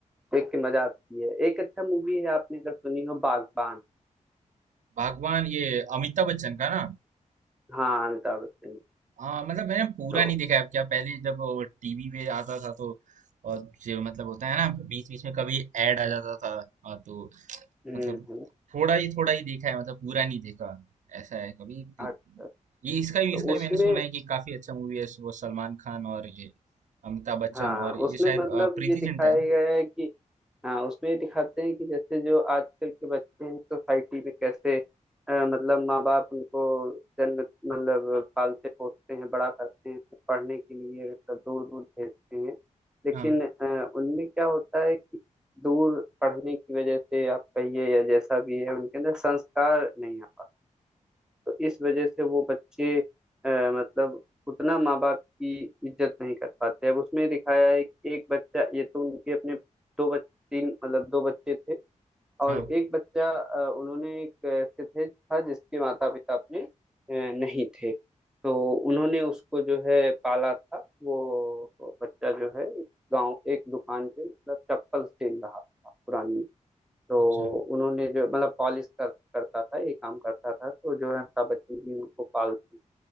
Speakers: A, in the centre; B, on the right.
A: देख के मजा आती है एक अच्छा मूवी है आपने अगर सुनी हो बागबान
B: भगवान ये अमिताभ बच्चन का ना
A: हाँ अमिताभ बच्चन
B: हाँ मतलब मैंने पूरा
A: तो
B: नहीं देखा है क्या पहले जब टीवी पे आता था तो और जो मतलब होता है ना बीच बीच में कभी ऐड आ जाता था हाँ, तो
A: हम्म
B: मतलब
A: हम्म,
B: थोड़ा ही थोड़ा ही देखा है मतलब पूरा नहीं देखा ऐसा है कभी
A: अच्छा
B: ये इसका भी
A: तो
B: इसका भी
A: उसमें
B: मैंने सुना है कि काफी अच्छा मूवी है वो सलमान खान और ये अमिताभ बच्चन
A: हाँ
B: और
A: उसमें
B: ये शायद
A: मतलब
B: अ, प्रीति
A: ये दिखाया
B: जिंटा है
A: गया
B: ना?
A: है कि हाँ उसमें ये दिखाते हैं कि जैसे जो आजकल के बच्चे हैं सोसाइटी में कैसे अ, मतलब माँ बाप उनको जन्म मतलब पालते पोसते हैं बड़ा करते हैं पढ़ने के लिए दूर दूर भेजते हैं लेकिन
B: हाँ
A: अ, उनमें क्या होता है कि दूर पढ़ने की वजह से आप कहिए या जैसा भी है उनके अंदर संस्कार नहीं आता तो इस वजह से वो बच्चे अ, मतलब उतना माँ बाप की इज्जत नहीं कर पाते अब उसमें दिखाया है कि एक बच्चा ये तो उनके अपने दो बच्चे तीन मतलब दो बच्चे थे और
B: हाँ
A: एक बच्चा अ, उन्होंने एक ऐसे थे था जिसके माता पिता अपने अ, नहीं थे तो उन्होंने उसको जो है पाला था वो बच्चा जो है गांव एक दुकान पे मतलब चप्पल सेल रहा था पुरानी तो
B: अच्छा
A: उन्होंने जो मतलब पॉलिश कर करता था ये काम करता था तो जो है अमिताभ बच्चन जी उनको पालते हैं।